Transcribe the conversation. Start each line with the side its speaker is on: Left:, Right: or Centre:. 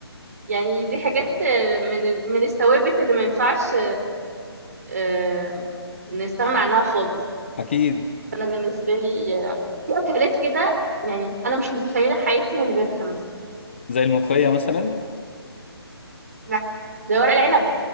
Right: يعني دي حاجات آه، من ال- من الثوابت اللي ما ينفعش آه، نستغنى عنها خالص
Left: اكيد
Right: فانا بالنسبه لي آه، في اكلات كده يعني انا مش متخيله حياتي من غيرها مثلا
Left: زي الملوخيه مثلا
Right: لا ده ورق العنب